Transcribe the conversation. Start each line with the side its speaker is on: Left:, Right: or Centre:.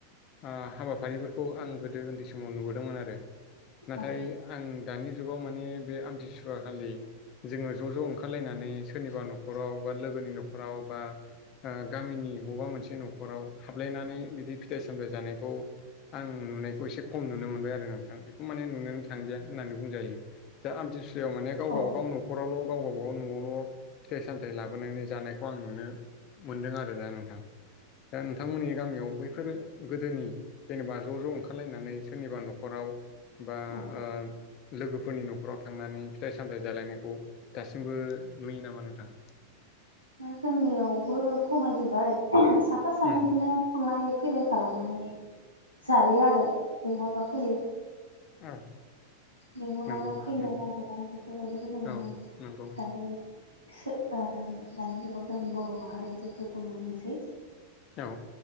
Left: ओ हाबाफारिफोरखौ आं गोदो उन्दै समाव नुबोदोंमोन आरो। नाथाय
Right: औ
Left: आं दानि जुगाव माने बे आमथिसुव खालि जोङो ज' ज' ओंखार खारलायनानै सोरनिबा न'खराव बा लोगोनि न'खराव बा ओ गामिनि बबेबा मोनसे न'खराव हाबलायनानै बिदि फिथाइ सामथाइ जानायखौ आं नुनायखौ एसे खम नुनो मोनबाय आरो नोंथां, बेखौ माने नुनोनो थांदिया होननानै बुंजायो। जाे आमथिसुुरयाव माने गाव
Right: औ
Left: गावबा गावनो न'खरावल' गाव गबागाव न'आवल' फिथाइ सामथायाइ लाबोनानै जानायखौ आं नुनो मोनदों आरो दा नोंथां दा नोंथांमोननि गामियाव बैफोरो गोदोनि जेनेबा ज' ज' ओंखारलायनानै सोरनिबा न'खराव बा
Right: औ
Left: ओ लोगोफोरनि न'खराव थांनानै फिथाइ सामथाय जालायनायखौ दासिमबो नुयो नामा नोंथां?
Right: दा जोंनियावबो खमायजोब्बाय साफा सानै
Left: उम
Right: इदिनो थांलाय फैलाय खालामनानै जायो आरो लिंहरबा फैयो।
Left: औ
Right: लिंहराबा
Left: नंगौ
Right: फैनो
Left: उम
Right: नागिरा बेफोरबायदिखौ जों मोनो
Left: औ नंगौ
Right: दानि सो ओ दानि जुगाव जों बर' माहारियाव बैफोरखौ नुनो मोनसै।
Left: औ